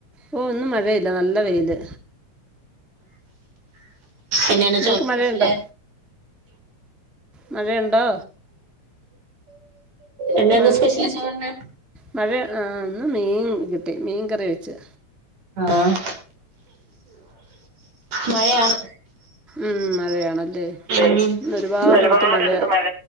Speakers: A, in the centre; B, on the right.
A: ഓ ഇന്ന് മഴയില്ല നല്ല വെയില്.
B: എന്നെയാണ്
A: നിങ്ങക്ക്
B: ചോറ്
A: മഴയുണ്ടോ
B: സ്പെഷ്യല്?
A: മഴയുണ്ടോ?
B: എന്നായിരുന്നു
A: മഴ
B: സ്പെഷ്യല് ചോറിന്ന്?
A: മഴ ആഹ് ഇന്ന് മീൻ കിട്ടി മീൻ കറി വെച്ച്.
B: ആഹ് മഴയാണ്.
A: ഉം മഴയാണല്ലേ
B: ഉം
A: ന്ന് ഒരുപാടട്ത്ത്
B: ഒരുപാടടുത്ത്
A: മഴയാ
B: മഴ